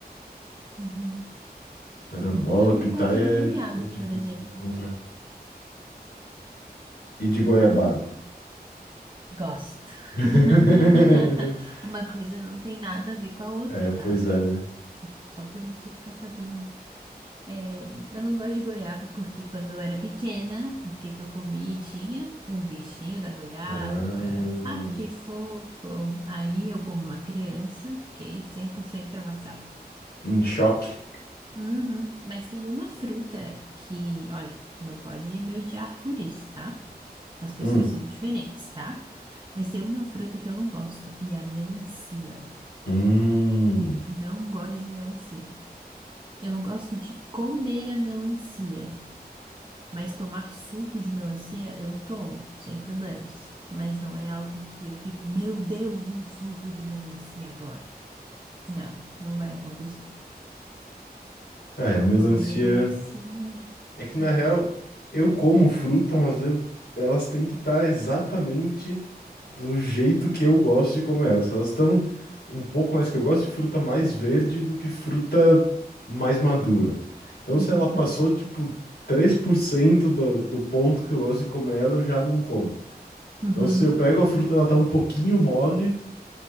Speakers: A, on the right; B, on the left.
A: Uhum.
B: Carambola,
A: É, eu não
B: pitaia
A: gosto de goiaba,
B: é, é difícil
A: por exemplo.
B: de encontrar. E de goiabada.
A: Não Gosto.
B: <laughs>
A: <laughs> Uma coisa não tem nada a ver com a outra,
B: É, pois
A: tá?
B: é, né?
A: Só, só pra você ficar sabendo. É, eu não gosto de goiaba porque quando eu era pequena, o que que eu comi tinha um bichinho da goiaba.
B: Ah,
A: Ai, que fofo. Aí eu, como uma criança, fiquei 100% traumatizada.
B: um choque.
A: Uhum. Mas tem uma fruta que, olha, tu não pode me odiar por isso, tá? As pessoas
B: Hum.
A: são diferentes, tá? Mas tem uma fruta que eu não gosto e é a melancia.
B: Hum.
A: Não gosto de melancia. Eu não gosto de comer a melancia, mas tomar suco de melancia eu tomo, sem problemas. Mas não é algo que eu fico, meu Deus, um suco de melancia agora. Não, não vai acontecer.
B: Ah, é, a melancia.
A: Mas comer melancia não.
B: É que na
A: Ugh.
B: real, eu como fruta, mas eu- elas têm que estar exatamente do jeito que eu gosto de comer elas. Elas estão um pouco mais que eu gosto de fruta mais verde do que fruta mais madura. Então,
A: Uhum,
B: se ela passou tipo 3% do, do ponto que eu gosto de comer ela, eu já não como.
A: uhum.
B: Então, se eu pego a fruta, ela tá um pouquinho mole,